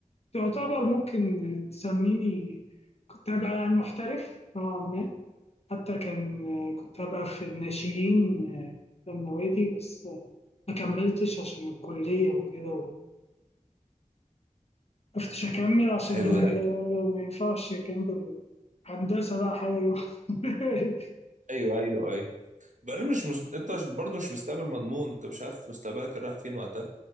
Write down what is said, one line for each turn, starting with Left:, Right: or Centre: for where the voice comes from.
Left: يعتبر ممكن تسميني كنت هبقى يعني محترف نوعا ما حتى كان كنت هبقى في الناشئين في النوادي بس ما كملتش عشان الكلية وكده وقفتش أكمل عشان
Right: حلو
Left: ال- <laughs>
Right: ده
Left: ما ينفعش جنب الهندسة بقى حاجة <laughs>
Right: ايوه ايوه ايوه بعدين مش مس... انت مش- برضه مش مستقبل مضمون انت مش عارف مستقبلك رايح فين وقتها